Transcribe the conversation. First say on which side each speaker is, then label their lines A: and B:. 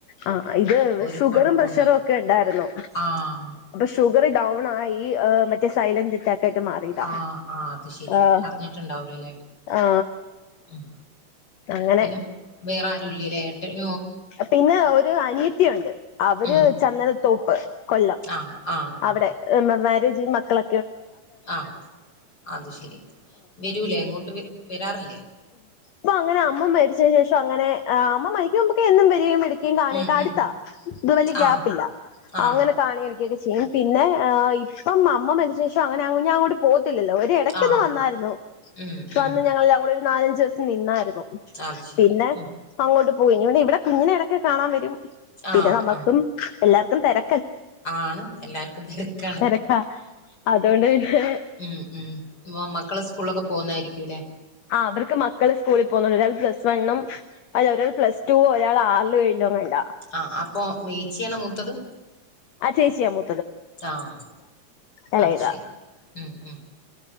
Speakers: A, on the left; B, on the left.
A: ആ ഇത്
B: ഒരു
A: ഷുഗറും
B: കൊഴപ്പോണ്ടാ
A: പ്രഷറും ഒക്കെ ഉണ്ടായിരുന്നു
B: ആഹ്
A: ഷുഗറ് ഡൗണായി ഈ ഏ മറ്റേ സൈലൻ്റ് അറ്റാക്കായിട്ട് മാറിയതാ
B: ആഹ് ആഹ് അത് ശെരി
A: ആ
B: അറിഞ്ഞിട്ടുണ്ടാവൂലല്ലേ
A: ആ
B: ഉം
A: അങ്ങനെ
B: പിന്നെ വേറെ ഉല്ലിലായിട്ട് <inaudible>
A: പിന്നെ ഒരു അനിയത്തി ഉണ്ട് അവര്
B: ഉം
A: ചന്ദനത്തോപ്പ് കൊല്ലം
B: ആഹ് ആഹ് ആഹ്
A: അവിടെ മക്കള്
B: ആഹ് അത് ശരി വരൂലേ എങ്ങോട്ട് വരാറില്ലേ
A: അപ്പൊ അങ്ങനെ അമ്മ മരിച്ച ശേഷം അങ്ങനെ അമ്മ മക്കുമ്പ ക്കെ എന്നും വരേം വിളി
B: ഉം
A: അടുത്താ
B: ഉം ഉം
A: ഇത് വല്യ ഗ്യാപ്പ്
B: ആഹ്
A: ഇല്ല
B: ആഹ്
A: അങ്ങനെ കാണൊക്കെ ചെയ്യും പിന്നെ ഇപ്പം അമ്മ മരിച്ചതിന് ശേഷം അങ്ങനങ്ങാ അങ്ങോട്ട് പോ ഓര് ഇടക്കന്ന്
B: ആഹ്
A: വന്നായിരുന്നു
B: ഉം
A: പ
B: ഉം
A: വന്ന് ഞങ്ങൾ അങ്ങോ നാലഞ്ച് ദിവസം നിന്നായിരുന്നു
B: അത് ശെരി
A: പിന്നെ
B: ഉം
A: അങ്ങോട്ട് പോയി ഇ ഇവിടെ കുങ്ങനെ ഇടക്ക് കാണാൻ വരും പിന്നെ
B: ആഹ്
A: നമ്മുക്കും
B: ആഹ്
A: എല്ലാര തെര
B: ആണ് എല്ലാർക്കും തിരക്കാണ്
A: തിരക്കാ അതുകൊണ്ട് പിന്നെ
B: ഉം ഉം ഇപ്പൊ മക്കള് സ്കൂളൊക്കെ പോകുന്നായിരിക്കുംല്ലേ
A: ആ് അവർക്ക് മക്ക മക്കൾ സ്കൂളിൽ പോകുന്നുണ്ട് ഒരാൾ പ്ലസ് വണ്ണും അല്ല ഒരാൾ പ്ലസ്ടുവോ ഒരാൾ ആറില് എഴിലങ്ങ
B: ആ അപ്പൊ മേച്ചിയാണ് മുത്തത്
A: അ ചേച്ച്യാമൂ
B: ആഹ
A: എളയതാ
B: അത് ശരി ഉം ഉം